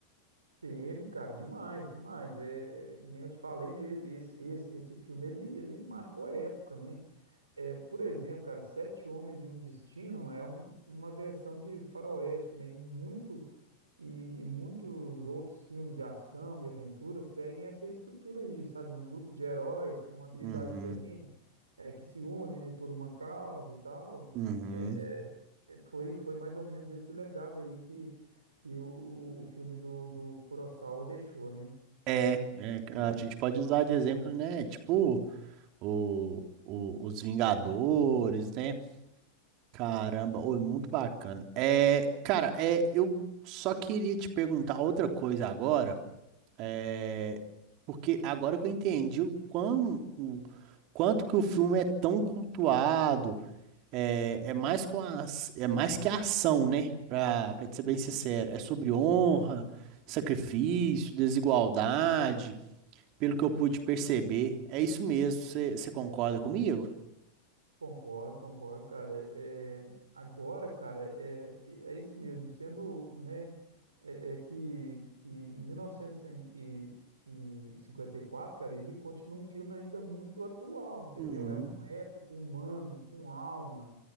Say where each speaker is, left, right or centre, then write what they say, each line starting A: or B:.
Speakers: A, on the right; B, on the right.
A: Teve, cara, demais, demais. É, é é que nem eu te falei, né? Esse, esse, esse filme ele, ele marcou a época, né? É, por exemplo, cara, Sete Homens e um Destino é um- uma versão de Faroeste, né? E muitos, e, e muitos outros filmes de ação e aventura seguem essa estrutura aí, sabe? Um grupo de heróis com habilidades
B: Uhum,
A: diferentes, é, que se unem, né, por uma causa e tal.
B: uhum.
A: É, foi, foi mais ou menos esse legado aí que, que o, o filme do, do Kurosawa deixou, né?
B: É, é, a gente pode usar de exemplo, né? Tipo, o, o- os Vingadores, né? Caramba, oi, muito bacana. É, cara, é, eu só queria te perguntar outra coisa agora, é, porque agora que eu entendi o quão, o quanto que o filme é tão cultuado, é, é mais com as, é mais que a ação, né? Pra, pra te ser bem sincero, é sobre honra, sacrifício, desigualdade, pelo que eu pude perceber. É isso mesmo, você você concorda comigo?
A: Concordo, concordo, cara. É, agora, cara, é, é isso mesmo. Sendo, né, é, é que, que em 1954, cara, ele continua um filme ainda muito atual, entendeu?
B: Uhum.
A: É um épico humano, com alma,